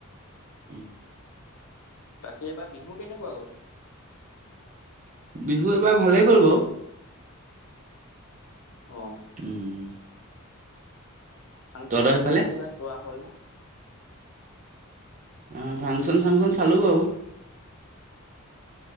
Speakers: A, on the right (about 35°); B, on the left (about 75°).
A: <inaudible>
B: বাকী এইবাৰ বিহু কেনেকুৱা গ'ল?
A: বিহু এ'বাৰ ভালেই গ'ল বাৰু!
B: অঁ।
A: উম
B: ফাংচন
A: তহঁতৰ
B: চাংচন
A: সেইফালে
B: কিবা চোৱা হ'ল নে।
A: অ ফাংচন চাংচন চালো বাৰু।